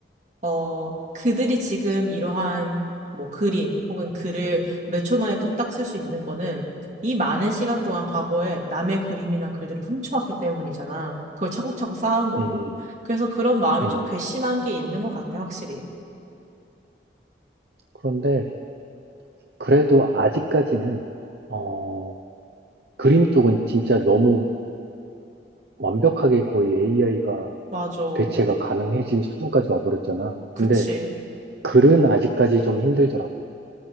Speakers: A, on the right; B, on the right.
A: 어, 그들이 지금 이러한 뭐 그림 혹은 글을 몇 초 만에 뚝딱 쓸 수 있는 거는 이 많은 시간 동안 과거에 남의 그림이나 글들을 훔쳐왔기 때문이잖아. 그걸 차곡차곡 쌓은 거고.
B: 음, 음.
A: 그래서 그런 마음이
B: 음.
A: 좀 괘씸한 게 있는 것 같아, 확실히.
B: 그런데 그래도 아직까지는 어, 그림 쪽은 진짜 너무 완벽하게 거의 AI가
A: 맞아.
B: 대체가 가능해진 수준까지 와버렸잖아.
A: 그치.
B: 근데 글은 아직까지 좀 힘들더라고.